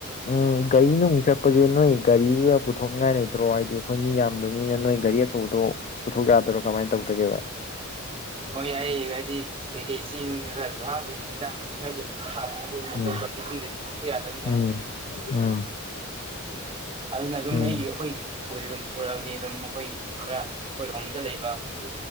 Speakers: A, on the left; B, on the right.
A: ꯎꯝ ꯒꯥꯔꯤ ꯅꯨꯡ ꯆꯠꯄꯁꯦ ꯅꯣꯏ ꯒꯥꯔꯤꯒ ꯄꯨꯊꯣꯛꯅꯤꯡꯉꯥꯏ ꯂꯩꯇ꯭ꯔꯣ ꯍꯥꯏꯗꯤ ꯑꯩꯈꯣꯏ ꯃꯤ ꯌꯥꯝꯗꯕꯅꯤꯅ ꯅꯣꯏ ꯒꯥꯔꯤ ꯑꯆꯧꯕꯗꯣ ꯄꯨꯊꯣꯛ ꯌꯥꯗꯣꯏꯔꯣ ꯀꯃꯥꯏꯅ ꯇꯧꯗꯒꯦꯕꯚ
B: ꯍꯣꯏ ꯑꯩ ꯍꯥꯏꯗꯤ ꯀꯩꯀꯩ ꯆꯦꯡ ꯈꯔꯁꯨ ꯍꯥꯞꯇꯣꯏꯅꯦ ꯌꯦꯟꯖꯥꯡꯅꯄꯤ ꯈꯔꯁꯨ ꯏ ꯃ
A: ꯎꯝ
B: ꯄ ꯌꯥꯗꯅꯤ
A: ꯎꯝ
B: ꯑꯃꯨꯛ
A: ꯎꯝ
B: ꯑꯗꯨꯅ ꯑꯗꯨꯝ
A: ꯎꯝ
B: ꯑꯩꯒꯤ ꯑꯩꯈꯣꯏꯒꯤ ꯁꯤ ꯑꯗꯨꯝ ꯄꯨꯔꯛꯑꯦ ꯑꯗꯨꯝ ꯃꯈꯣꯏ ꯈꯔ ꯑꯩꯈꯣꯏꯔꯣꯝꯗ ꯂꯩꯕ ꯑꯩꯈꯣꯏꯒꯤ